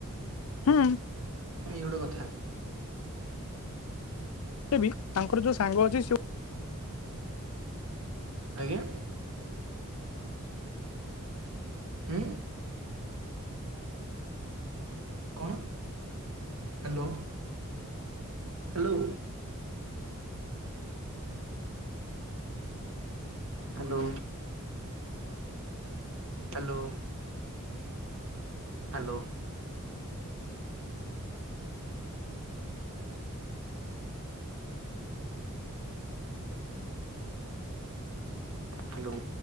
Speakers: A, on the left (about 70°); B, on the right (about 70°).
A: ହୁଁ।
B: ଏଇ ଗୋଟେ କଥା।
A: ଦେବି ତାଙ୍କର ଯୋଉ ସାଙ୍ଗ ଅଛି <unintelligible>
B: ଆଜ୍ଞା? ଉୁଁ? କଣ? Hello hello. Hello. Hello. Hello. Hello.